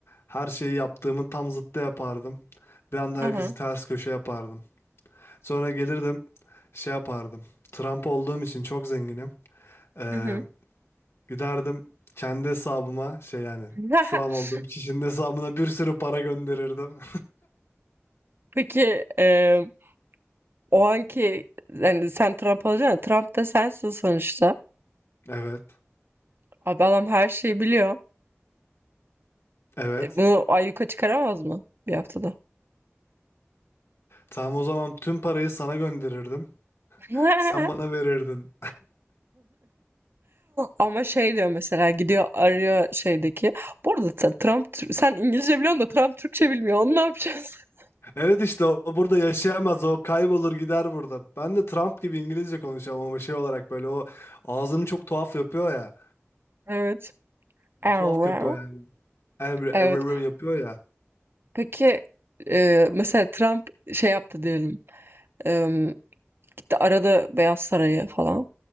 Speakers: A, on the left; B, on the right.
A: her şeyi yaptığımın tam zıttı yapardım. Bir anda
B: Hı
A: herkesi
B: hı.
A: ters köşe yapardım. Sonra gelirdim şey yapardım. Trump olduğum için çok zenginim. Ee,
B: Hı hı.
A: giderdim kendi hesabıma şey yani
B: <laughs>
A: şu an olduğum kişinin hesabına bir sürü para gönderirdim.
B: Peki eee, o anki yani sen Trump olacaksın. Trump da sensin sonuçta.
A: Evet,
B: Abi adam her şeyi biliyor.
A: evet.
B: E, bunu ayyuka çıkaramaz mı bir haftada?
A: Tamam o zaman tüm parayı sana gönderirdim.
B: <laughs>
A: Sen bana verirdin.
B: Ama şey diyor mesela gidiyor arıyor şeydeki. Bu arada sen Trump Tür- sen İngilizce biliyorsun da Trump Türkçe bilmiyor. Onu ne yapacağız? <laughs>
A: Evet işte o o burada yaşayamaz. O kaybolur gider burada. Ben de Trump gibi İngilizce konuşacağım ama şey olarak böyle o ağzını çok tuhaf yapıyor ya.
B: Evet.
A: Bir
B: Error.
A: tuhaf yapıyor yani. Yani böyle
B: Evet.
A: "Evrr" yapıyor ya.
B: Peki e, mesela Trump şey yaptı diyelim. E, gitti aradı Beyaz Saray'ı falan.